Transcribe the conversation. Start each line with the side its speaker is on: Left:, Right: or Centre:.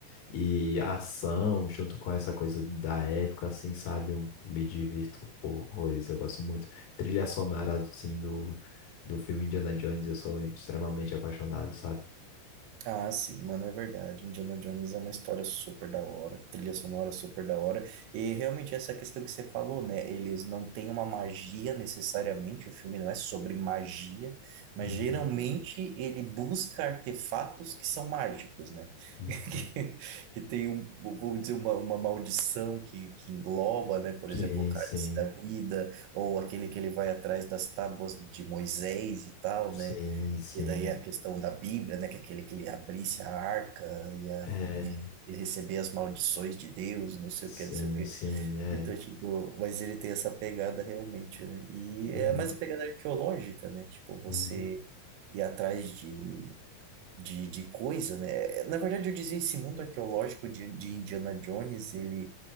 Left: e a ação, junto com essa coisa da época, assim, sabe, eu me divirto horrores, eu gosto muito. Trilha sonora, assim, do, do filme Indiana Jones, eu sou extremamente apaixonado, sabe?
Right: Ah, sim, mano, é verdade. Indiana Jones é uma história super da hora, trilha sonora super da hora. E realmente essa questão que você falou, né? Eles não têm uma magia necessariamente, o filme não é sobre magia, mas
Left: Uhum,
Right: geralmente ele busca artefatos que são mágicos, né? <laughs>
Left: uhum.
Right: Que, que tem um, vamos dizer, uma, uma maldição que, que engloba, né? Por exemplo,
Left: Sim,
Right: o cálice
Left: sim,
Right: da vida, ou aquele que ele vai atrás das tábuas de Moisés e tal,
Left: sim,
Right: né?
Left: sim,
Right: Que daí a questão da Bíblia, né? Que é aquele que ele abrisse a arca ia,
Left: é,
Right: ia receber as maldições de Deus, não sei
Left: sim,
Right: o que, não sei o que.
Left: sim, é.
Right: Então, tipo, mas ele tem essa pegada realmente, né? E é
Left: Uhum,
Right: mais a pegada arqueológica, né? Tipo, você
Left: uhum.
Right: ir atrás de, de, de coisa, né? Na verdade, eu dizia esse mundo arqueológico de, de Indiana Jones, ele.